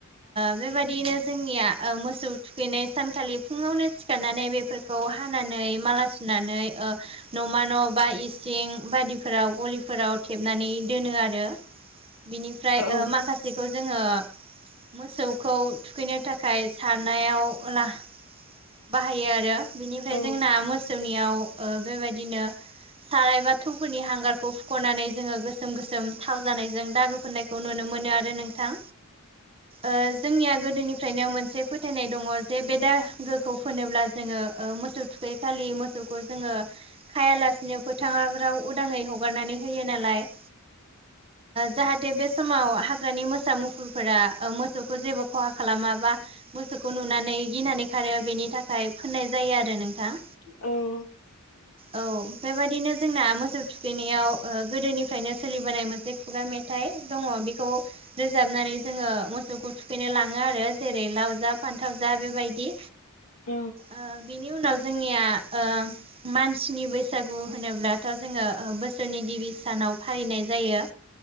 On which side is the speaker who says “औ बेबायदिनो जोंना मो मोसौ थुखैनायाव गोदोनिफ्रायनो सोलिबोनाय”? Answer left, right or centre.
Right